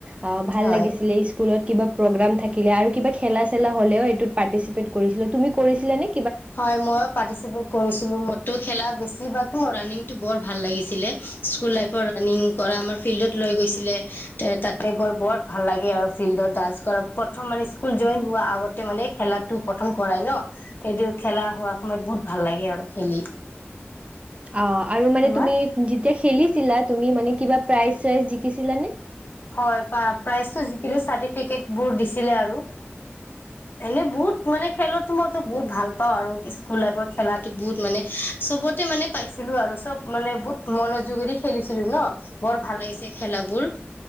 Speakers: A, on the right; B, on the left.
A: আ ভাল
B: হয়
A: লাগিছিলে স্ক- স্কুলত কিবা প্ৰগ্ৰাম থাকিলে আৰু কিবা চেলা হ'লেও সটোত পাৰ্টিচিপেট কৰিছিলোঁ তুমি কৰিছিলা নে?
B: হয় মইও পাৰ্টিচিপেট কৰিছিলো মইও খেলা বেছি বা মোৰ ৰানিংটো বৰ ভাল লাগিছিলে। স্কুল লাইফৰ ৰানিং কৰা আমাৰ ফিল্ডত লৈ গৈছিলে তাতে গৈ বৰ ভাল লাগে আৰু ফিল্ডত ডান্স কৰা প্ৰথম মানে স্কুল জইন হোৱা আগতে মানে খেলাটো প্ৰথম কৰাই ন। সেইটো খেলা হোৱা সময়ত বহুত ভাল লাগে আৰু খেলি।
A: অ', আৰু মানে
B: তোমাৰ
A: তুমি যেতিয়া খেলিছিলা তুমি মানে কিবা প্ৰাইজ চাইজ জিকিছিলা নে?
B: হয় প্ৰাইজটো যিকিলো চাৰ্টিফিকেট বোৰ দিছিলে আৰু। এনে বহুত মানে খেলতো মইতো বহুত ভাল পাওঁ আৰু স্কুল লাইফৰ খেলাটো বহুত মানে চবতে মানে পাইছিলো আৰু চব মানে বহুত মনোযোগেদি খেলিছিলো ন। বৰ ভাল লাগিছে খেলাবোৰ